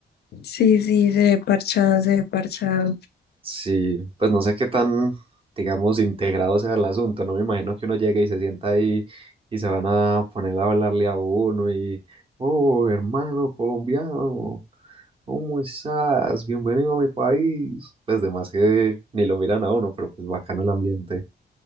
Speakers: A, on the left; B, on the right.
A: Sí, sí, se ve parchado, se ve parchado.
B: Sí, pues no sé qué tan, digamos, integrado sea el asunto, no me imagino que uno llegue y se sienta ahí y se van a poner a hablarle a uno y, oh, hermano colombiano. ¿Cómo estás? Bienvenido a mi país. Pues de más que ni lo miran a uno, pero pues bacano el ambiente.